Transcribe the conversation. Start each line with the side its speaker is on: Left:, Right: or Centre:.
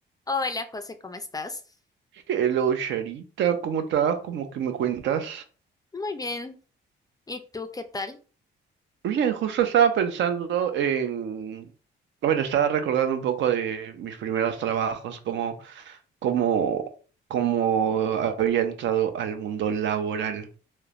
Left: Hola José, ¿cómo estás?
Right: Hello, Charita, ¿cómo estás? ¿Cómo que me cuentas?
Left: Muy bien. ¿Y tú qué tal?
Right: Bien, justo estaba pensando en... Bueno, estaba recordando un poco de mis primeros trabajos, cómo, cómo, cómo había entrado al mundo laboral.